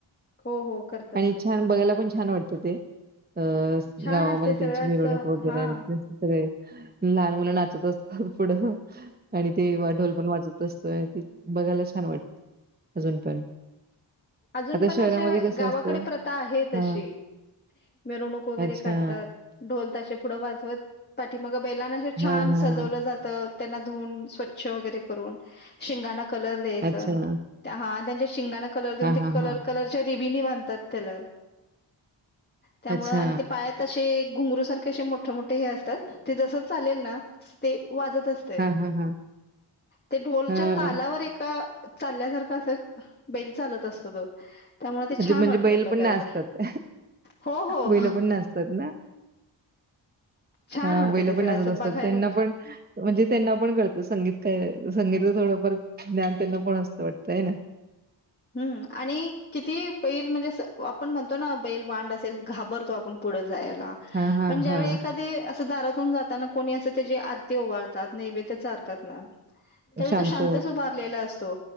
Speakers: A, on the left; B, on the right.
A: हो हो करतात
B: आणि
A: करतात.
B: छान बघायला पण छान वाटतं ते, अ
A: छान
B: गावामध्ये
A: असते सगळं
B: त्यांच्या
A: असं
B: <unintelligible> वगैरे
A: हा.
B: <unintelligible> सगळे, लहान मुलं नाचत असतात. पुढं आणि तेव्हा ढोल पण वाजत असतोय ते बघायला छान वाटतं. अजून पण.
A: अजून
B: आता
A: पण
B: शहरामध्ये
A: अशे
B: कसं
A: गावाकडे
B: असतं
A: प्रथा आहे तशी.
B: हां,
A: मिरवणूक वगैरे
B: अच्छा.
A: काढतात, ढोल ताशे पुढं वाजवत, पाठीमागं बैलांना अशे
B: हां,
A: छान
B: हां,
A: सजवलं जात. त्यांना धुवून स्वच्छ वगैरे करून, शिंगाना कलर देयचं,
B: अच्छा.
A: ते हा त्यांच्या शिंगाना कलर देऊन,
B: हां,
A: ते
B: हां,
A: कलर
B: हां.
A: कलरच्या रिबीनी बांधतात त्याला. त्यामुळं
B: अच्छा.
A: आणि ते पायात अशे घुंगरू सारखे असे मोठे मोठे हे असतात, ते जसं चालेल ना तसं ते‌ वाजत असतंय,
B: हां, हां, हां.
A: ते ढोलच्या
B: हां.
A: तालावर एक अ चालल्यासारखं असं बैल चालत असतो तो. त्यामुळे ते
B: अजे
A: छान
B: म्हणजे
A: वाटतंय
B: बैल
A: बघायला
B: पण नाचतात,
A: हो हो
B: बैल पण नाचतात ना.
A: छान
B: ह <inaudible> आं
A: वाटतंय
B: बैलं
A: ते
B: पण
A: सगळं
B: नाचत
A: असं
B: असतात,
A: बघायला
B: त्यांना पण म्हणजे त्यांना पण कळत संगीत काय <unintelligible> संगीतच थोडंफार ज्ञान, त्यांना पण असतं वाटत हाय ना?
A: हम्म आणि किती बैल म्हणजे अस आपण म्हणतो ना बैल वांड असेल? घाबरतो आपण पुढं जाया ला
B: हां, हां,
A: पण ज्यावेळी
B: हां.
A: एखादी दारातून जाताना कोणी अस ते जी आरती ओवाळतात, नैवेद्य चारतात ना, त्यावेळी
B: शांत
A: तो शांतच
B: हो.
A: उभारलेला अस तो.